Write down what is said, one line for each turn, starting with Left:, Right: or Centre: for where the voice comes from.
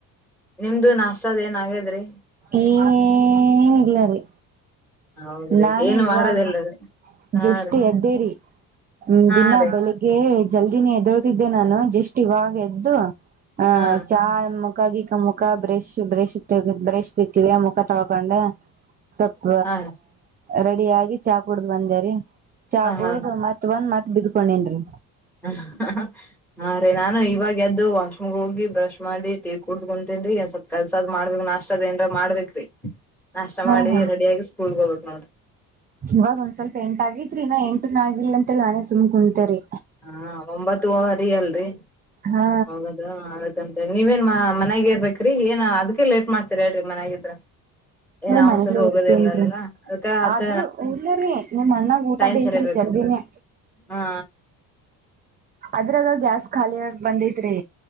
Centre: ನಿಮ್ದು ನಾಷ್ಟ ಅದ್ ಏನ್ ಆಗ್ಯದ್ರಿ.
Right: ಎನ ಇಲ್ಲಾರಿ.
Centre: ಹೌದ್ರಿ
Right: ನಾನೇ
Centre: ಏನ್
Right: ಇವಾಗ
Centre: ಮಾಡದಿಲ್ರಿ ಹಾ
Right: ಜಷ್ಟ್
Centre: ರೀ
Right: ಎದ್ದೇರಿ
Centre: ಹಾ
Right: ದಿನ
Centre: ರೀ
Right: ಬೆಳಿಗ್ ಗೆ ಜಲ್ದಿನೆ ಎದಳ್ತಿದ್ದೆ ನಾನು ಜಸ್ಟ್ ಇವಾಗ ಎದ್ದು ಆಹ
Centre: ಹಾ
Right: ಚಾ ಮುಕ ಗಿಕ ಮುಕ ಬ್ರೇಶ ಬ್ರೇಶ ತೆಗದ ಬ್ರೇಶ್ <unintelligible> ತಿಕ್ಕಿದ್ಯ ಮುಖ ತೊಳಕೊಂಡ್ಯ ಸ್ವಪ
Centre: ಹಾ
Right: ರೆಡಿ ಆಗಿ ಚಾ ಕುಡ್ದ್ ಬಂದೇರಿ ಚಾ
Centre: ಹಾ
Right: ಕುಡ್ದ್
Centre: ಹಾ ರೀ
Right: ಮತ್ ಬಂದ್ ಮತ್ ಬಿದ್ಕೊಂಡಿನ್ರಿ.
Centre: ಹ್ ಹಹ. ಹಾ ರೀ ನಾನು ಇವಾಗ ಎದ್ದು ವಾಶ್ರೂಮ್ಗೋಗಿ ಬ್ರಶ್ ಮಾಡಿ ಟೀ ಕುಡ್ದ್ ಕುಂತೇನ್ರೀ ಸ್ವಲ್ಪ ಕೆಲ್ಸ ಅದ್ ಮಾಡ್ಬೇಕ್ ನಾಷ್ಟ ಅದ್ ಏನ್ರ ಮಾಡ್ಬೇಕ್ರಿ ನಾಷ್ಟ
Right: ಹಾ
Centre: ಮಾಡಿ
Right: ಹಾ
Centre: ರೆಡಿಯಾಗಿ ಸ್ಕೂಲ್ ಹೋಗ್ಬೇಕ್ ನೋಡ್ರಿ‌.
Right: ಇವಾಗ ಒಂದ್ ಸ್ವಲ್ಪ ಎಂಟ್ ಆಗೇತ್ರಿ ಇನ್ನಾ ಎಂಟನ ಆಗಿಲ್ ಅಂತೇಳ್ ನಾನೇ ಸುಮ್ ಕುಂತೇರಿ.
Centre: ಹಾ ಒಂಬತ್ತು ವರಿ ಅಲ್ರಿ
Right: ಹಾ
Centre: ಹೋಗದು ಹಾ ನೀವೇನ್ ಮಾ ಮನೆಗೆ ಇರ್ರ್ಬೇಕ್ರಿ ಏನ್ ಅದ್ಕ್ಕೆ ಲೇಟ್ ಮಾಡ್ತೀರ್ ಹೇಳ್ರಿ ಮನ್ಯಾಗಿದ್ರ. ಏನ್
Right: ಹ್ಮ
Centre: ಅವ್ನ್ಸರ್
Right: ಮನ್ಲೇ
Centre: ಹೋಗೋದಿಲ್ಲಲ್ಲ
Right: ಇರ್ತಿನ್ರಿ
Centre: ಅದಕ್ಕ
Right: ಆದ್ರ
Centre: ಆತ
Right: ಇಲ್ಲರಿ ನಿಮ್ಮ್ ಅಣ್ಣಾಗ್ ಊ ಊಟ
Centre: ಟೈಮ್
Right: ಬೇಕ್ರಿ
Centre: ಸರಿಬೇಕು
Right: ಜಲ್ದಿನೆ.
Centre: ಹಾ.
Right: ಅದ್ರೆ ಇವಾಗ್ ಗ್ಯಾಸ್ ಖಾಲಿ ಆಗಾಕ್ ಬಂದೆತ್ರಿ